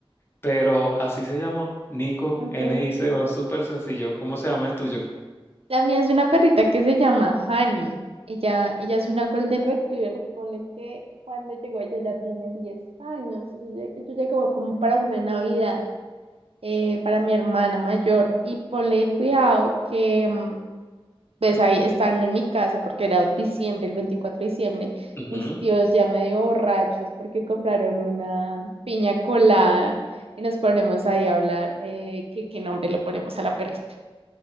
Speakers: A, on the left; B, on the right.
A: pero así se llama, Nico,
B: ok.
A: N-I-C-O, es súper sencillo. ¿Cómo se llama el tuyo?
B: La mía es una perrita que se llama Hani. Ella, ella es una Golden Retriever. Pone que cuando llegó ella ya tiene 10 años. Eso ya, eso ya como, como para una Navidad, eh, para mi hermana mayor. Y ponle cuidado que, mm, pues ahí están en mi casa porque era diciembre, el 24 de diciembre.
A: Ujú,
B: Mis tíos ya medio borrachos porque compraron una piña colada y nos ponemos ahí a hablar eh, que qué nombre le ponemos a la perrita.